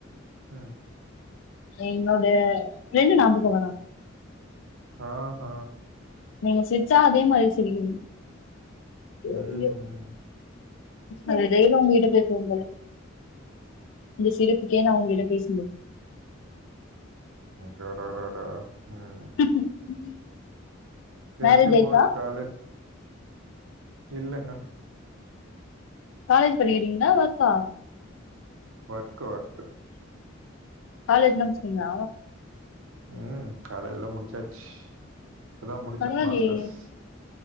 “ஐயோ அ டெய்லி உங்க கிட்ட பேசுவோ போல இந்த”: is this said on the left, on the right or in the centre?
Left